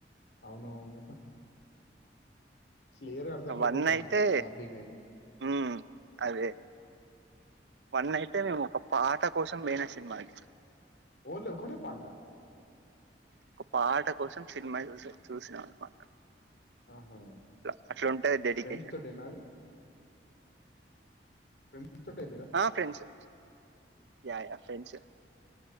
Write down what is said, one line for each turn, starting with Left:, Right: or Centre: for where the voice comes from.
Left: అవునవును క్లియర్ గా అర్థ అవుతుంది
Right: వన్
Left: దాంట్ల
Right: అయితే
Left: డబ్బింగ్ అని
Right: ఉమ్ అదే వన్ అయితే మేము ఒక పాట కోసం పోయిన సినిమాకి
Left: ఓన్లీ ఒక్కటే పాట
Right: ఒక పాట కోసం సినిమా చూసో చూసినాం అనమాట
Left: ఆహా!
Right: ట్లా అట్లుంటది డెడికేషన్
Left: ఫ్రెండ్స్ తోటేనా అది? ఫ్రెండ్స్ తోటే ఎళ్లిర్రా?
Right: ఆ ఫ్రెండ్సె యా యా ఫ్రెండ్స్సె